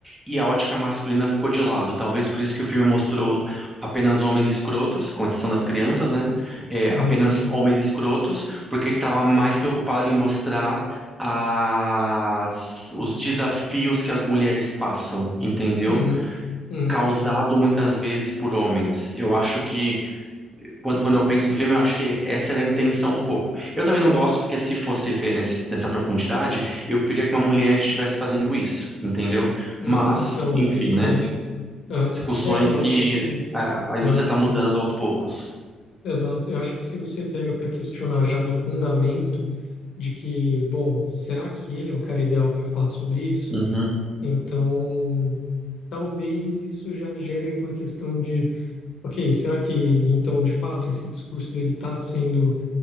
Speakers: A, in the centre; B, on the left.
A: e a ótica masculina ficou de lado. Talvez por isso que o filme mostrou apenas homens escrotos, com exceção das crianças, né? É,
B: uhum,
A: apenas homens escrotos, porque ele estava mais preocupado em mostrar as- os desafios que as mulheres passam, entendeu?
B: uhum, uhum.
A: causado muitas vezes por homens. Eu acho que, quando, quando eu penso no filme, eu acho que essa era a intenção um pouco. Eu também não gosto, porque se fosse ver nesse- nessa profundidade, eu preferia que uma mulher estivesse fazendo isso, entendeu?
B: Hum,
A: Mas,
B: então,
A: enfim,
B: justamente.
A: né?
B: Aham.
A: Discussões
B: É, eu
A: que
B: acho que.
A: a, a
B: aham,
A: indústria está mudando aos poucos.
B: exato. Eu acho que se você pega para questionar já do fundamento de que, bom, será que ele é o cara ideal para falar sobre isso?
A: Uhum,
B: Então, talvez isso já gere uma questão de, ok, será que então de fato esse discurso dele está sendo